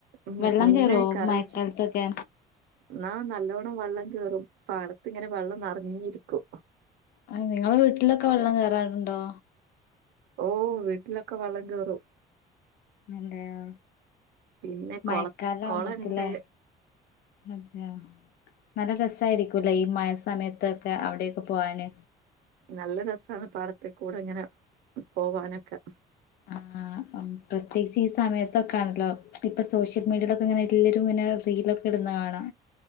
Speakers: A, on the right (about 75°); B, on the left (about 65°).
A: ഉം
B: വെള്ളം
A: മീന്
B: കേറുവോ
A: കറി
B: മഴക്കാലത്തൊക്കെ
A: വെച്ച് ന്നാ നല്ലോണം വള്ളം കേറും പാടത്ത്ങ്ങനെ വള്ളം നറഞ്ഞിരിക്കും
B: ആഹ് നിങ്ങളെ വീട്ടിലൊക്കെ വള്ളം കേറാറ്ണ്ടോ
A: ഓഹ് വീട്ട്ലൊക്കെ വള്ളം കേറും
B: അതെയൊ
A: പിന്നെ
B: മയക്കാലാവുമ്പോക്ക്
A: കൊള കൊളണ്ട്
B: ല്ലേ അതെയോ നല്ല രസായിരിക്കുലേ ഈ മഴ സമയത്തൊക്കെ അവിടെയൊക്കെ പോവാന്
A: നല്ല രസാണ് പാടത്ത് കൂടെങ്ങെനെ പോവാനൊക്കെ
B: ആഹ് ഉം പ്രത്യേകിച്ച് ഈ സമയത്തൊക്കെ ആണല്ലോ ഇപ്പൊ സോഷ്യൽ മീഡിയയിലൊക്കെ ഇങ്ങനെ എല്ലരുംങ്ങനെ റീലൊ ക്കെട്ന്നെ കാണാ